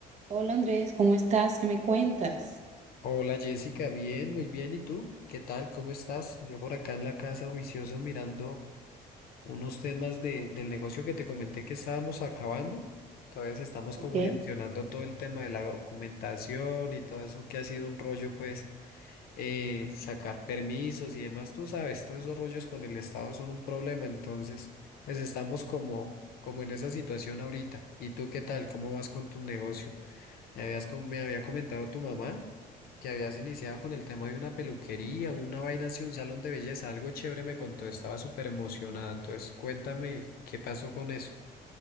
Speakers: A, on the right (about 45°); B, on the left (about 65°).
A: Hola Andrés, ¿cómo estás? ¿Qué me cuentas?
B: Hola Jessica, bien, muy bien. ¿Y tú? ¿Qué tal? ¿Cómo estás? Yo por acá en la casa juicioso mirando unos temas de, del negocio que te comenté que estábamos acabando. Entonces estamos
A: Ok,
B: como
A: eh,
B: gestionando todo el tema de la documentación y todo eso que ha sido un rollo, pues eh, sacar permisos y demás. Tú sabes, todos esos rollos con el Estado son un problema. Entonces, pues estamos como, como en esa situación ahorita. ¿Y tú qué tal? ¿Cómo vas con tu negocio? Me habías, com- me había comentado tu mamá que habías iniciado con el tema de una peluquería, una vaina así, un salón de belleza, algo chévere me contó, estaba súper emocionada. Entonces, cuéntame qué pasó con eso.